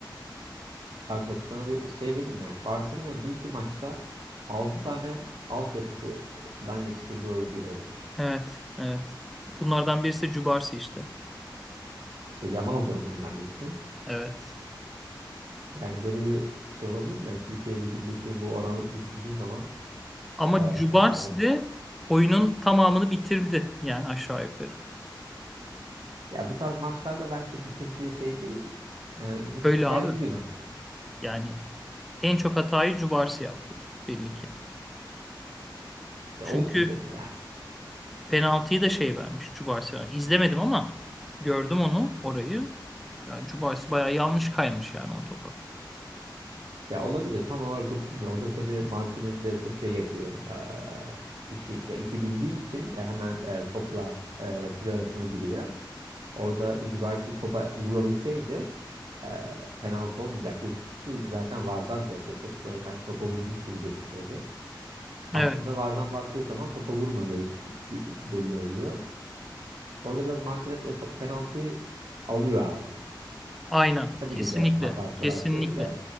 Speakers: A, on the right (about 70°); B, in the centre.
A: Abi bak sana bir şey vereyim ya. Barcelona dünkü maçta 6 tane altyapısından yetiştirdiği oyuncuyla oynamış.
B: Evet, evet. Bunlardan birisi de Cubarsi işte.
A: İşte Yamal da onlardan birisi.
B: Evet.
A: Yani böyle bir şey olabilir mi? Yani Türkiye Ligi'ndeki bu oranı düşündüğün zaman
B: Ama
A: e,
B: Jubars'ı
A: al-
B: de oyunun tamamını bitirdi yani aşağı yukarı.
A: ya bu tarz maçlarda bence bitirdiği şey değil. Yani gitti
B: Öyle
A: geldi
B: abi.
A: bir maç.
B: Yani en çok hatayı Jubars yaptı belli ki.
A: E,
B: Çünkü
A: olsun canım Yani
B: penaltıyı da şey vermiş Jubars vermiş. İzlemedim ama gördüm onu orayı. Yani Jubars bayağı yanlış kaymış yani o topa.
A: Ya olabilir. Tam olarak dokunmuyor. Orada tabii Martinez de çok şey yapıyor. E, işi ya işi bildiği için e, hemen e, topla e, rakibi arasına giriyor. Orada Cubarsi topa vurabilseydi e, penaltı olmayacak. Zaten VAR'dan döndü. Çok böyle sanki topa vurmuş gibi gözüküyordu. Aslında
B: Evet,
A: VAR'dan baktığı zaman topa vurmadığı gü- belli oluyor. Orada biraz Martinez o fa- penaltıyı alıyor abi.
B: aynen.
A: Tabii
B: Kesinlikle.
A: ki de hatası
B: Kesinlikle.
A: var şeyin de.